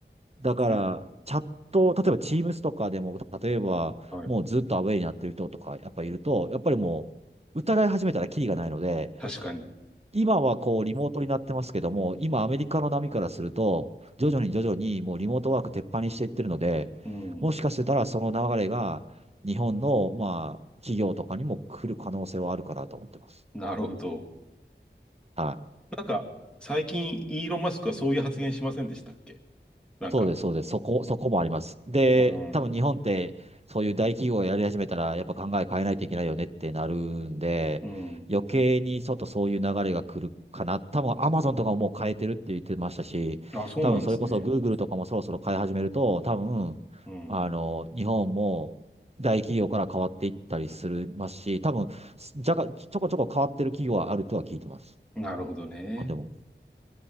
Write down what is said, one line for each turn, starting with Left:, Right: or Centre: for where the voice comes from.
Right: だから、
Centre: うん。
Right: チャット、例えば Teams とかでも、例えば、
Centre: はい。
Right: もうずっとアウェイになってる人とか、やっぱいると、やっぱりもう、疑い始めたらキリがないので、
Centre: 確かに。
Right: 今はこう、リモートになってますけども、今アメリカの波からすると、徐々に徐々にもうリモートワーク鉄板にしていってるので、
Centre: はいうん。
Right: もしかしたらその流れが、日本の、まあ、企業とかにも来る可能性はあるかなと思ってます。
Centre: なるほど。
Right: はい
Centre: なんか、最近、イーロン・マスクはそういう発言しませんでしたっけなんか、
Right: そうです、そうです。そこ、そこもあります。で、
Centre: うん、
Right: 多分日本って、そういう大企業がやり始めたら、やっぱ考え変えないといけないよねってなるんで、
Centre: うん。
Right: 余計にちょっとそういう流れが来るかな。多分アマゾンとかももう変えてるって言ってましたし、
Centre: あ、そうなんですね。
Right: 多分それこそ Google とかもそろそろ変え始めると、多分、
Centre: うん。
Right: あの、日本も大企業から変わっていったりするますし、多分、じゃが、ちょこちょこ変わってる企業はあるとは聞いてます。
Centre: なるほどね。
Right: 日本でも。